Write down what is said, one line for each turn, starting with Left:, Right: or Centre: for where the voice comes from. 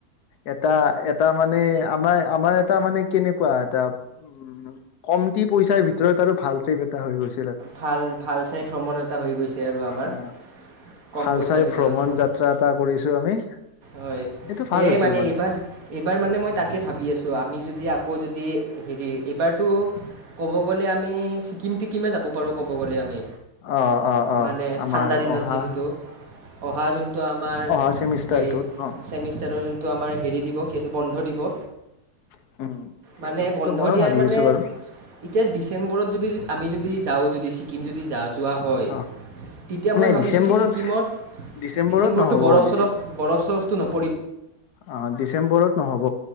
Left: এটা এটা মানে আমাৰ আমাৰ এটা মানে কেনেকুৱা এটা উ উ কমটি পইচাৰ ভিতৰত আৰু ভাল ট্ৰিপ এটা হৈ গৈছে।
Right: ভাল ভাল চাই ভ্ৰমণ এটা হৈ গৈছে আৰু আমাৰ।
Left: অ
Right: কম
Left: ভাল
Right: পইচাৰ
Left: চাই
Right: ভিতৰতে
Left: ভ্ৰমণ যাত্ৰা এটা কৰিছো আমি।
Right: হয়
Left: সেইটো ভাল
Right: সেইয়াই
Left: হৈছিল
Right: মানে এইবাৰ এইবাৰ মানে মই তাকে ভাবি আছো আমি যদি আকৌ যদি হেৰি এইবাৰতো ক'ব গ'লে আমি ছিকিম টিকিমে যাব বাৰু ক'ব গ'লে আমি।
Left: অ অ অ
Right: মানে
Left: আমাৰ
Right: ঠাণ্ডা দিনত
Left: অহা
Right: যিহেতু অহা যোনটো আমাৰ
Left: অহা চেমিষ্টাৰটোত
Right: হেৰি
Left: ন
Right: চেমিষ্টাৰৰ তো আমাৰ হেৰি দিব কি আছে বন্ধ দিব।
Left: উম <unintelligible> সেইটো
Right: মানে
Left: সেইটো
Right: বন্ধ
Left: ময়ো
Right: দিয়াৰ
Left: ভাবি
Right: মানে
Left: আছো বাৰু
Right: এতিয়া ডিচেম্বৰত যদি আমি যদি যাওঁ যদি ছিকিম যদি যা যোৱা হয়।
Left: অ
Right: তেতিয়া মই
Left: নাই
Right: ভাবিছোঁ
Left: ডিচেম্বৰত
Right: কি ছিকিমত
Left: ডিচেম্বৰত
Right: ডিচেম্বৰতটো
Left: নহ'ব
Right: বৰফ-
Left: ডিচে
Right: চৰফ, বৰফ -চৰফটো নপ
Left: অ ডিচেম্বৰত নহব।